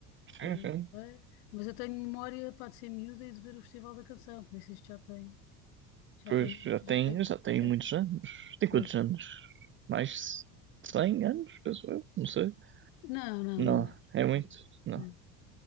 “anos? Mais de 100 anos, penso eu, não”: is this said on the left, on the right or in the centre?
Right